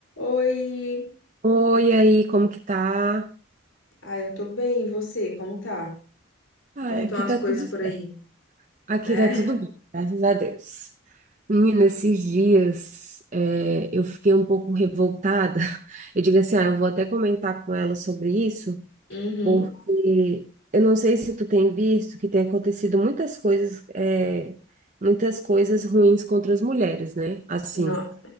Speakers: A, on the left (about 85°); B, on the right (about 40°).
A: Oi!
B: Oi, aí, como que tá?
A: Ah, eu tô bem, e você? Como tá?
B: Ah,
A: Como estão
B: aqui
A: as
B: tá
A: coisas
B: tudo
A: por
B: certo.
A: aí,
B: Aqui
A: né?
B: tá tudo bem, graças a Deus. Menina, esses dias é, eu fiquei um pouco revoltada. <laughs> Eu digo assim, ah, eu vou até comentar com ela sobre isso,
A: Uhum.
B: porque eu não sei se tu tem visto que tem acontecido muitas coisas, é, muitas coisas ruins contra as mulheres, né? Assim,
A: No-